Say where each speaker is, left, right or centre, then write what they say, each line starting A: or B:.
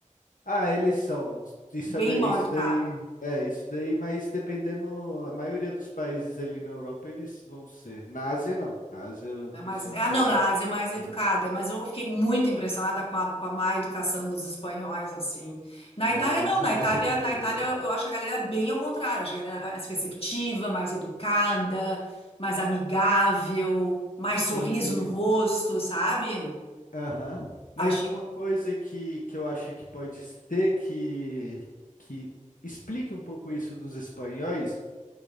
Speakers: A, on the left; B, on the left.
A: Ah, eles são. Isso,
B: bem
A: é, ve-
B: mal
A: isso
B: educado.
A: daí. É, isso daí, mas dependendo. A maioria dos países ali na Europa, eles vão ser. Na Ásia, não. Na Ásia, o
B: É
A: pessoal
B: mais... Ah,
A: te trata.
B: não, na
A: super
B: Ásia é mais educada,
A: bem.
B: é, mas eu fiquei muito impressionada com a, com a má educação dos espanhóis, assim. Na
A: Não,
B: Itália,
A: eles
B: não, na
A: não gostam
B: Itália,
A: de imigrante.
B: na Itália eu acho a galera bem ao contrário, acho a galera mais receptiva, mais educada, mais amigável, mais
A: Sim,
B: sorriso
A: ele.
B: no rosto, sabe?
A: Aham. Mas
B: Achei.
A: uma coisa que, que eu acho que pode ser que, que explique um pouco isso dos espanhóis.